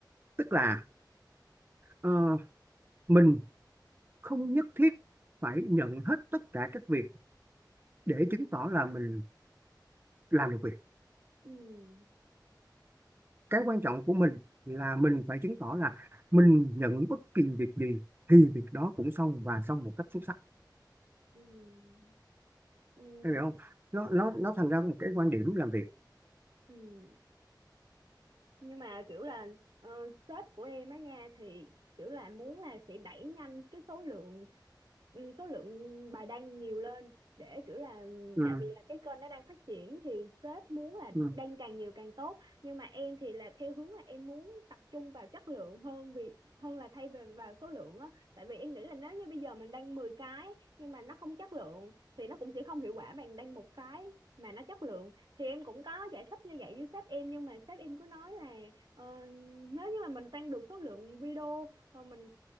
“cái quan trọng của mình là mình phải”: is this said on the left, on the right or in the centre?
Right